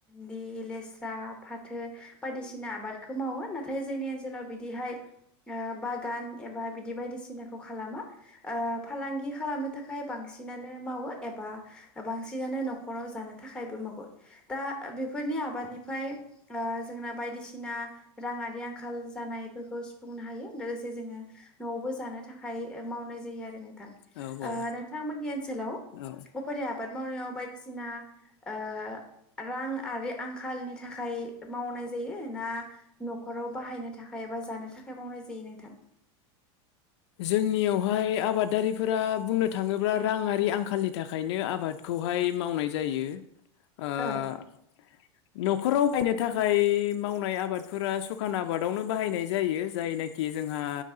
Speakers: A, in the centre; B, on the left (about 70°).
A: दि लेस्रा फाथो बायदिसिना आबादखौ मावो नाथाय जोंनि ओनसोलाव बिदिहाय ओ बागान एबा बिदि बायदिसिनाखौ खालामा ओ फालांगि खालामनो थाखाय बांसिनानो मावो एबा बांसिनानो न'खराव जानो थाखायबो मावो दा ओ बेफोरनि आबादनिफाय ओ जोंना बायदिसिना राङारि आंखाल जानायफोरखौ सुफुंनो हायो लोगोसे जोङो न'आवबो जानो थाखाय ओ मावनाय जायो आरो नोंथां
B: औ
A: ओ नोंथांमोननि ओनसोलाव
B: औ
A: अफेरा आबाद मावनायाव बायदिसिना ओ रां आरि आंखालनि थाखाय मावनाय जायो ना न'खराव बाहायनो थाखाय एबा जानो थाखाय मावनाय जायो नोंथां?
B: जोंनियावहाय आबादारिफोरा बुंनो थाङोब्ला राङारि आंखालनि थाखायनो आबादखौ खौहाय मावनाय जायो। ओ
A: औ
B: न'खराव बायनो थाखाय मावनाय आबादफोरा सुखान आबादावनो बाहायनाय जायो जायनाखि जोंहा